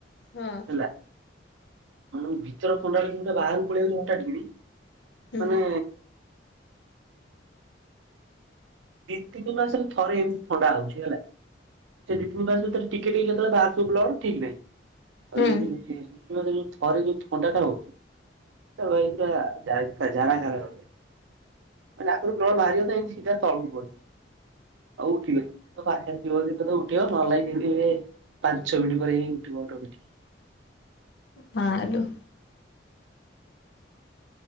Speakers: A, on the left; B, on the right.
A: ହଁ
B: ହେଲା ଆମ ଭିତର ଥଣ୍ଡାଟେ ବାହାରକୁ ପଳେଇାଉଛି ହଠାତ୍ କିଣି
A: ହୁଁ।
B: ମାନେ। ଦିଇ ତିନି ମାସରେ ଥରେ ଏମିତି ଥଣ୍ଡା ହଉଛି ହେଲା। ସେ ଦି ତିନିମାସ ଭିତରେ ଟିକେଟ ହେଇକି ଯେତେଳେ ବାହରେ ସବୁ ବ୍ଲଡ ଠିକ୍ ନାହିଁ।
A: ହୁଁ
B: ଯୁଆଡେ ଯୋ ଥରେ ଯୋଉ ଥଣ୍ଡାଟା ହଉଛି। ସେ ଭାଇ ପରା ଯା ଜାରା ଖାରା। ନାକରୁ ବ୍ଲଡ଼ ବାହାରିବ ଯେ ସିଧା ତଳକୁ କରୁଚି। ହଉ ଠିକ୍ ଅଛି ତ ପାଖରେ ଥିବ ଯଦି ତତେ ଉଠେଇଦବ ନ ହେଲେ ନାହିଁ ସେଇଠି ଏ ପାଞ୍ଚ ମିନିଟ ପରେ ଇଏ ଉଠିବ ଅଟମେଟିକ୍।
A: ହଁ ହାଲୁ।